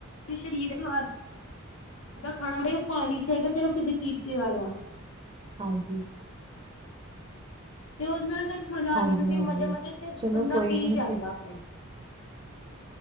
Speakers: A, on the left (about 85°); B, on the right (about 25°).
A: ਫ੍ਰੀ ਦਾ ਸਵਾਦ ਦਾ ਖਾਣਾ ਬਈ ਉਹ ਪਾਣੀ ਚ ਆਏਗਾ, ਚਾਹੇ ਉਹ ਕਿਸੇ ਚੀਜ਼ ਚ ਆਏਗਾ।
B: ਹਾਂਜੀ।
A: ਤੇ ਉਸ ਨਾਲ ਤਾ ਮਜ਼ਾ ਆਉਂਦਾ,
B: ਹਾਂਜੀ-ਹਾਂਜੀ
A: ਕਿਉਂਕਿ ਮਜ਼ੇ ਮਜ਼ੇ 'ਚ
B: ਚਲੋ
A: ਬੰਦਾ
B: ਕੋਈ
A: ਪੀ
B: ਨੀ ਅਸੀਂ
A: ਜਾਂਦਾ ਫਿਰ।